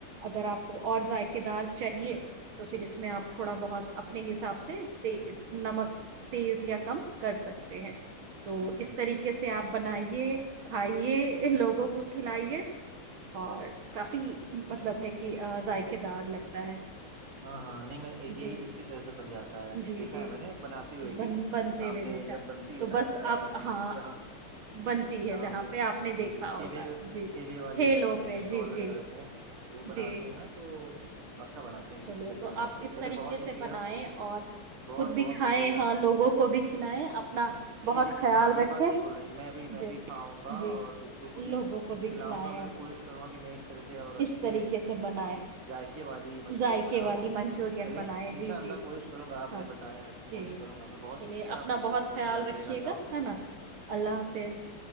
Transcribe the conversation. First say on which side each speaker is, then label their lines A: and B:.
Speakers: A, on the right; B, on the right.
A: اگر آپ کو اور ذائقے دار چاہیے تو پھر اس میں آپ تھوڑا بہت اپنے حساب سے نمک تیز یا کم کر سکتے ہیں تو
B: جی جی
A: اس طریقے سے سے آپ بنائیے کھائیے لوگوں کو کھلائیے اور کفی مطلب
B: جی
A: ہے کہ اائ کےدار لگتا ہے
B: ہاں ہاں نہیں میں یہی
A: جی
B: اسی طرح سے بن جاتا ہے
A: جی
B: دیکھا
A: جی
B: ہے میں نے بناتے ہوئے
A: بن
B: بھی
A: بنتے
B: سامنے
A: ہوئے دیکھا
B: جب بنتی
A: تو
B: ہے نا
A: بس آپ ہاں
B: جہاں
A: بنتی
B: جہاں
A: ہے
B: پہ
A: آپ نے
B: جی
A: دیکھا
B: جی ٹھیلے
A: ہوگا جی
B: ٹھیلے والے
A: ٹھیلوں
B: رہتے ہیں
A: پہ
B: اسٹال
A: جی جی
B: وغیرہ ہوتے ہیں تو وہ بناتے
A: جی
B: ہیں نا تو تو پچھا بچ اسی
A: چلیے
B: طرح
A: تو
B: سے بناتے
A: آپ
B: ہیں
A: اس
B: چلے
A: طریقے
B: بہت شکریہ
A: سے بنائیں اور
B: بہت
A: خود بھی
B: بہت
A: کھائیں
B: شکریہ
A: ہاں لوگوں کو بھی کھلائیں
B: ج
A: اپنا بہت
B: جی جی جی
A: خیال
B: ہاں یہ
A: رکھیں
B: بات صحیح بول رہے میں بھی میں
A: جی
B: بھی کھاؤں گا
A: جی
B: اور دوسروں کو بھی
A: لوگوں کو بھی
B: کھلاؤں
A: کھلائیں
B: گا میں
A: آپ
B: بھی کوشش کروں گا کہ میں اس طرح سے اور اچھے
A: اس طریقے سے بنائیں
B: ذائقے والی
A: ذائقے
B: بنا
A: والی
B: پاؤں
A: منچورین
B: چلے
A: بنائے
B: انشاء
A: جی
B: اللہ
A: جی
B: کوشش کروں گا آپ
A: ہاں
B: نے بتایا ہے تو کوشش
A: جی
B: کروں گا میں بہت
A: چلیے
B: شکریہ آپ
A: اپنا
B: کا بہت زیادہ خیال
A: رکھیے
B: رکھے گا اللہ حافظ
A: ہے نا اللہ حافظ